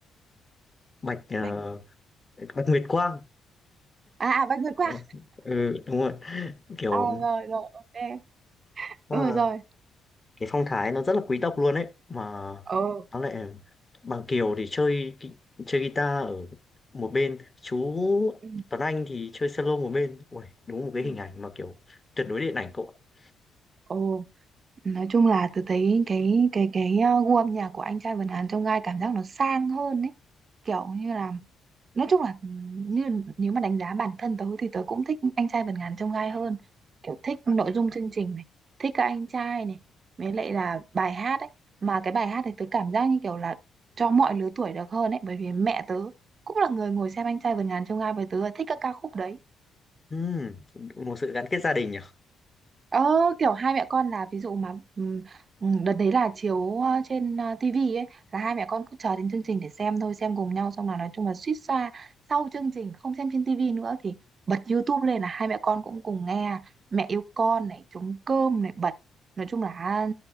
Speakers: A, on the left (about 25°); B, on the right (about 45°).
A: bạch ờ,
B: Bạch
A: bạch Nguyệt Quang
B: à à, Bạch vượt qua
A: ừ, ừ, đúng rồi kiểu
B: à rồi rồi ok
A: à,
B: ừ, rồi
A: cái phong thái nó rất là quý tộc luôn ấy mà
B: ờ
A: nó lại bằng Kiều thì chơi gui- chơi guitar ở một bên chú
B: ừ.
A: Tuấn Anh thì chơi solo một bên Ui, đúng một cái
B: ừ.
A: hình ảnh mà kiểu tuyệt đối điện ảnh cậu ạ
B: Ồ Nói chung là tôi thấy cái cái cái uh, gu âm nhạc của anh trai Vân Hàn trong gai cảm giác nó sang hơn ấy. Kiểu như là nói chung là ừ, như nếu mà đánh giá bản thân tớ thì tớ cũng thích anh trai Vân Hàn trong gai hơn. Kiểu thích nội dung chương trình này, thích các anh trai này, với lại là bài hát ấy. Mà cái bài hát thì tớ cảm giác như kiểu là cho mọi lứa tuổi được hơn ấy, bởi vì mẹ tớ cũng là người ngồi xem anh trai Vân Hàn trong gai với tớ là thích các ca khúc đấy.
A: ừ, một sự gắn kết gia đình nhỉ
B: Ờ, kiểu hai mẹ con là ví dụ mà ừm, ừm, đợt đấy là chiếu ờ, trên uh, TV ấy là hai mẹ con cứ chờ đến chương trình để xem thôi xem cùng nhau xong là nói chung là suýt xoa sau chương trình không xem trên TV nữa thì bật YouTube lên là hai mẹ con cũng cùng nghe mẹ yêu con này trống cơm này bật nói chung là